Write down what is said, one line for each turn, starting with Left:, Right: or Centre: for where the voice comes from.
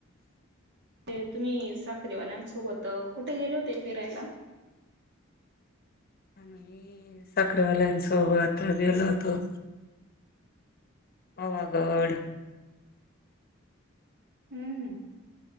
Right: ते तुम्ही साखरीवाल्यांसोबत कुठे गेले होते फिरायला?
Left: आम्ही साखरवाल्यांन सोबत गेलो होतो. पवागढ.
Right: हम्म..